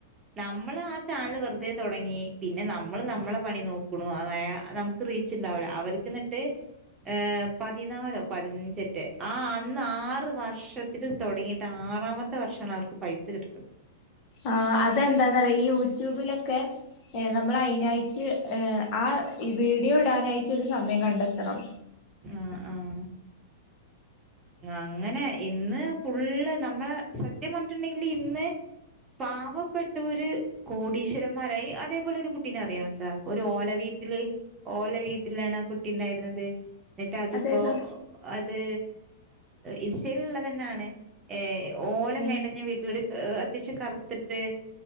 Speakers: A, on the right (about 25°); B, on the left (about 40°).
A: നമ്മള് ആ ചാനൽ വെറുതെ തുടങ്ങി പിന്നെ നമ്മൾ നമ്മളെ പണി നോക്കണ അതായ നമുക്ക് റീച്ച് ഉണ്ടാവില്ല അവർക്ക്ന്നിട്ട് ഏ പതിനാലോ പതിനഞ്ചറ്റ് ആ അന്ന് ആ റവർഷത്തിന് തുടങ്ങിയിട്ട് ആറാമത്തെ വർഷമാണ് അവർക്ക് പൈസ കിട്ടണത്
B: ആ അതെന്താന്ന റയാ ഈ യൂട്യൂബിലൊക്കെ നമ്മൾ അതിനായിട്ട് ഏ ആ വീഡിയോ ഇടാനായിട്ട് ഒരു സമയം കണ്ടെത്തണം
A: ആ ആഹ അങ്ങനെ ഇന്ന് ഫുള്ള് നമ്മളെ സത്യം പറഞ്ഞിട്ടുണ്ടെങ്കില് ഇന്ന് പാവപ്പെട്ട ഒരു കോടീശ്വരന്മാരായി അതേപോലെ ഒരു കുട്ടീന അറിയാം എന്താ ഒരു ഓലവീട്ട വീട്ടില് ഓലെ വീട്ടിലാണ് ആ കുട്ടി ഉണ്ടായിരുന്നത് എന്നിട്ട് അതിപ്പോൊ
B: അതേതാ?
A: അത് ഇൺസ്റ്റയി ലുള്ളത് തന്നെയാണ് ഏ ഓല
B: ഏഹ്
A: മേടഞ്ഞ വീട്ടിലോട് അത്യാവശ്യം കറത്തിട്ട്